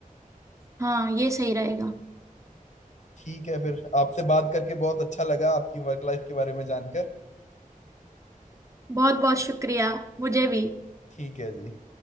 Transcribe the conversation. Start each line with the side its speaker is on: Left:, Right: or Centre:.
Right: हाँ ये सही रहेगा
Left: ठीक है फिर आपसे बात करके बहुत अच्छा लगा आपकी वर्क लाइफ के बारे में जानकर
Right: बहुत बहुत शुक्रिया मुझे भी
Left: ठीक है जी